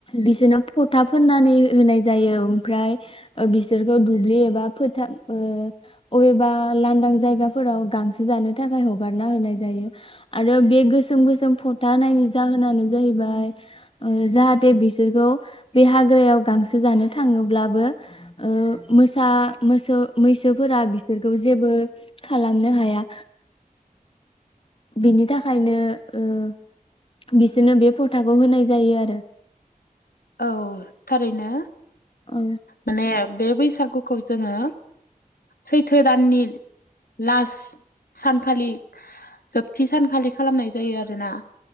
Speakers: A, on the left (about 40°); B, on the left (about 80°).
A: बिसोरनो फथा फोननानै होनाय जायो ओमफ्राय ओ बिसोरखौ दुब्लि एबा फोथार ओ अबेबा लांदां जायगाफोराव गांसो जानो थाखाय हगारना होनाय जायो आरो बे गोसोम गोसोम फथा नि जाहोनानो जाहैबाय ओ जा बे बिसोरखौ बे हाग्रायाव गांसो जानो थाङोब्लाबो ओ‌ मोसा मोसौ मैसोफोरा बिसो बिसोरखौ जेबो खालामनो हाया। बिनि थाखायनो ओ बिसोरनो बे फथाखौ होनाय जायो आरो
B: औ थारैनो।
A: औ
B: माने बे बै सागुखौ जोङो सैथो दाननि लास्ट सानखालि जोबथि सानखालि खालामनाय जायो आरोना